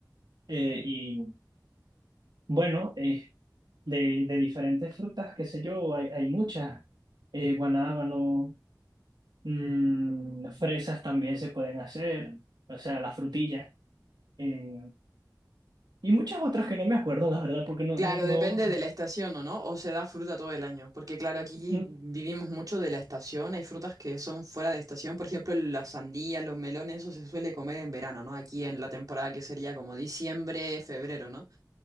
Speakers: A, on the right; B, on the right.
A: Eh, y bueno, eh, de, de diferentes frutas, qué sé yo, hay, hay muchas. Eh, guanábano, Mm, las fresas también se pueden hacer, o sea, la frutilla. eh, y muchas otras que no me acuerdo, la verdad, porque no,
B: Claro,
A: no, no-
B: depende de la estación o no, o se da fruta todo el año, porque claro, aquí
A: mm,
B: vivimos mucho de la estación, hay frutas que son fuera de estación, por ejemplo, las sandías, los melones, eso se suele comer en verano, ¿no? Aquí en la temporada que sería como diciembre, febrero, ¿no?